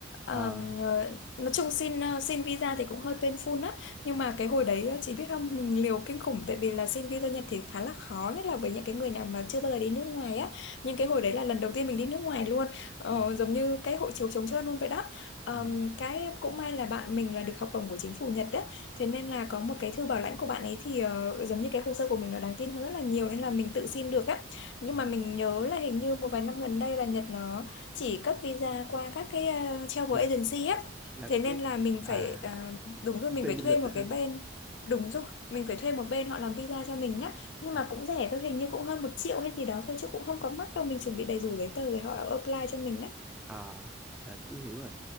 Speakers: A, in the centre; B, on the left.
A: ờ,
B: À, ờ, nói chung xin ờ, xin visa thì cũng hơi painful á nhưng mà cái hồi đấy ờ, chị biết không mình liều kinh khủng tại vì là xin visa Nhật thì khá là khó nhất là với những cái người nào mà chưa bao giờ đi nước ngoài á nhưng cái hồi đấy là lần đầu tiên mình đi nước ngoài luôn ờ,
A: ừ,
B: giống như cái hộ chiếu trống trơn luôn vậy đó Ờm,
A: ừ,
B: cái cũng may là bạn mình là được học bổng của chính phủ Nhật đấy thế nên là có một cái thư bảo lãnh của bạn ấy thì ờ, giống như cái hồ sơ của mình nó đáng tin hơn rất là nhiều nên là mình tự xin được á nhưng
A: ừ,
B: mà mình nhớ là hình như một vài năm gần đây là Nhật nó chỉ cấp visa qua các cái ờ, travel
A: chừng-
B: agency á
A: là
B: thế nên
A: các
B: là mình
A: à
B: phải ờ, đúng rồi
A: công
B: mình
A: ty
B: phải
A: du
B: thuê
A: lịch
B: một
A: đó hả
B: cái bên đúng rồi mình phải thuê một bên họ làm visa cho mình á nhưng
A: ờ
B: mà cũng rẻ thôi hình như cũng hơn một triệu hay gì đó thôi chứ cũng không có mắc đâu mình chuẩn bị đầy đủ giấy tờ rồi họ apply cho mình á
A: à, à, Chí hiểu rồi